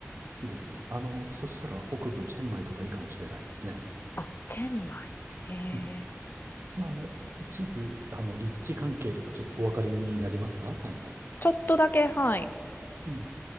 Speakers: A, on the right; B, on the left.
A: いいですね。あの、そしたら北部チェンマイとかいいかもしれないですね。
B: あ、チェンマイ。へ
A: うん。
B: え。
A: まあ、あの、地図、あの、立地関係とかちょっとお分かりになりますかタイの。
B: ちょっとだけ、はい。
A: うん。